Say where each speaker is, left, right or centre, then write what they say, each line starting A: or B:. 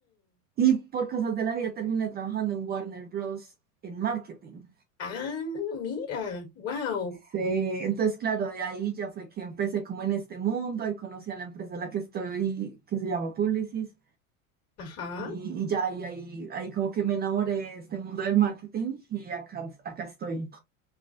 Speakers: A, on the right; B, on the left.
A: y por cosas de la vida terminé trabajando en Warner Bros. en marketing.
B: ah, mira, wow,
A: Sí, entonces claro, de ahí ya fue que empecé como en este mundo, ahí conocí a la empresa en la que estoy, que se llama Publicis,
B: ajá.
A: y, y ya ahí, ahí, ahí como que me enamoré de este mundo del marketing y acá, acá estoy.